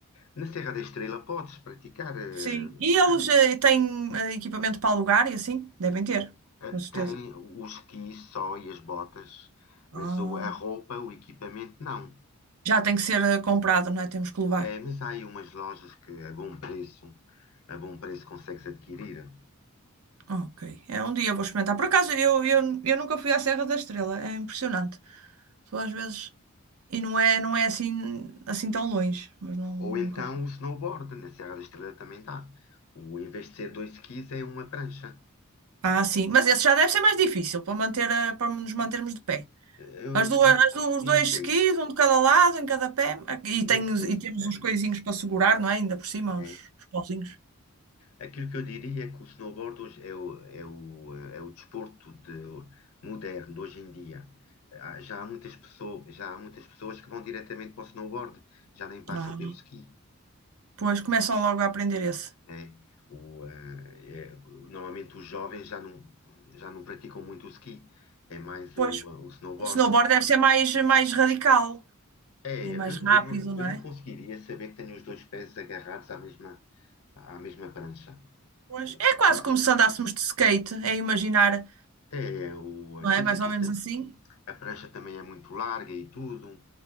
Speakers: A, on the left (about 85°); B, on the right (about 75°).
A: Na Serra da Estrela podes praticar eh,
B: Sim. E
A: esqui.
B: eles eh, têm eh, equipamento para alugar e assim? Devem ter,
A: Eh,
B: com certeza.
A: tem o esqui só e as botas, mas
B: Ah.
A: o, a roupa, o equipamento não.
B: Já tem que ser eh, comprado, não é? Temos que levar.
A: É, mas há aí umas lojas que a bom preço, a bom preço consegues adquirir.
B: Ok. É, um dia vou experimentar. Por acaso, eu, eu, eu nunca fui à Serra da Estrela. É impressionante. Só às vezes. E não é, não é assim, assim tão longe. Mas não, nunca.
A: Ou então o snowboard, na Serra da Estrela também dá. O, em vez de ser dois skis, é uma prancha.
B: Ah,
A: O-
B: sim. Mas esse já deve ser mais difícil para manter a- para nos mantermos
A: ó,
B: de pé.
A: eu
B: As duas,
A: não,
B: as
A: sei,
B: du- os
A: não
B: dois
A: sei,
B: skis, um de cada lado, em cada pé. E,
A: não
B: tem,
A: sei.
B: os- e temos
A: É,
B: os coisinhos para segurar, não é? Ainda por cima,
A: é.
B: os, os pauzinhos.
A: Aquilo que eu diria é que o snowboard hoje é o, é o, eh, é o desporto de, moderno, hoje em dia. Há- Já há muitas pessoas, já há muitas pessoas que vão diretamente para o snowboard, já nem passam
B: Ah,
A: pelo ski.
B: pois começam logo a aprender esse.
A: né? O, eh, é- normalmente os jovens já não, já não praticam muito o ski, é mais o,
B: Pois
A: o snowboard.
B: o snowboard deve ser mais, mais radical
A: É,
B: e mais
A: eu, não-
B: rápido,
A: eu, não,
B: não
A: eu não
B: é?
A: conseguiria saber que tenho os dois pés agarrados à mesma, à mesma prancha.
B: Pois
A: Eh,
B: é
A: Porque
B: quase
A: isso
B: como
A: é
B: se andássemos de skate, é imaginar,
A: é o,
B: não
A: depois
B: é? Mais
A: aquilo,
B: ou menos
A: tam-
B: assim.
A: a prancha também é muito larga e tudo.